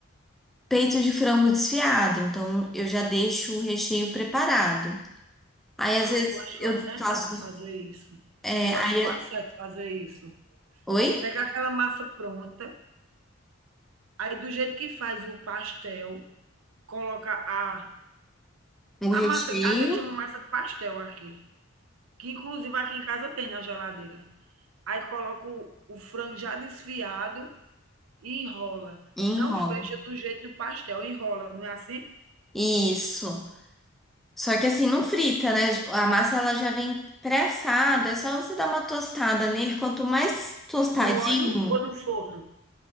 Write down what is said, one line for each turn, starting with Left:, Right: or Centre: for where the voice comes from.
Centre: peito de frango desfiado, então eu já deixo o recheio preparado. Aí
Right: Ah,
Centre: às vezes
Right: eu acho que
Centre: eu
Right: eu acertava
Centre: faço,
Right: fazer isso.
Centre: é,
Right: Eu
Centre: aí,
Right: acho que eu acerto fazer isso.
Centre: oi?
Right: Pegar aquela massa pronta, aí do jeito que faz o pastel, coloca a
Centre: O recheio
Right: A massa, a gente chama massa de pastel aqui, que inclusive aqui em casa tem na geladeira. Aí coloca o, o frango já desfiado e enrola.
Centre: e
Right: Não
Centre: enrolo.
Right: fecha do jeito do pastel, enrola, não é assim?
Centre: Isso. Só que assim, não frita, né? A massa ela já vem pré-assada, é só você dar uma tostada nele. Quanto mais tostadinho,
Right: No óleo ou no forno?